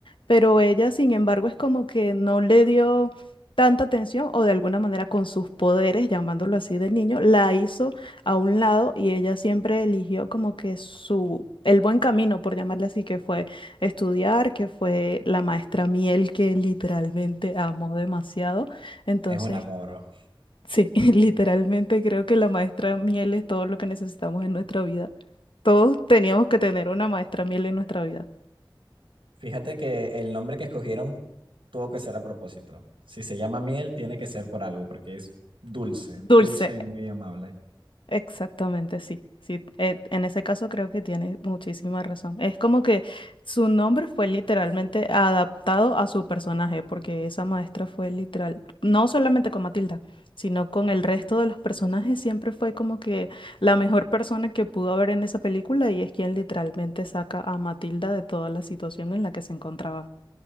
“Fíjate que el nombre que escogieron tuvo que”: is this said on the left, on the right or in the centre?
Right